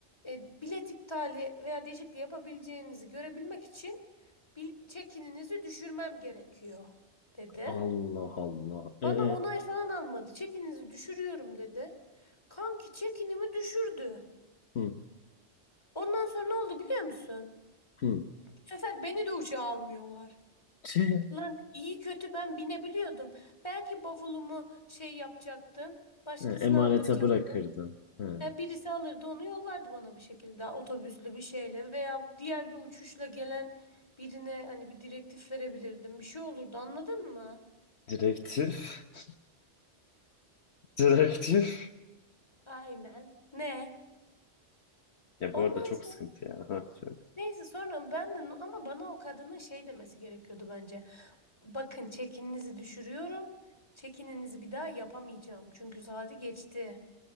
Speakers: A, on the left; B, on the left.
A: e, bilet iptali veya değişikliği yapabileceğinizi görebilmek için bil çekininizi düşürmem gerekiyor dedi.
B: Allah Allah. E.
A: Bana onay falan almadı. Çekinizi düşürüyorum dedi. Kanki çekinimi düşürdü.
B: Hı.
A: Ondan sonra ne oldu biliyor musun?
B: Hı.
A: Bu sefer beni de uçağa almıyorlar.
B: Tüh.
A: Lan iyi kötü ben binebiliyordum. Belki bavulumu şey yapacaktım. Başkasını
B: E, Emanete
A: aldıracaktım.
B: bırakırdın. Hı.
A: Ya birisi alırdı onu yollardı bana bir şekilde otobüslü bir şeyle veya diğer bir uçuşla gelen birine hani bir direktif verebilirdim. Bir şey olurdu anladın mı?
B: Direktif. <laughs> Direktif.
A: Aynen. Ne?
B: Ya
A: Ondan
B: bu arada çok
A: sonra
B: sıkıntı ya. Ha, söyle.
A: neyse sonra ben de ama bana o kadının şey demesi gerekiyordu bence. Bakın çekininizi düşürüyorum. Çekininizi bir daha yapamayacağım. Çünkü saati geçti.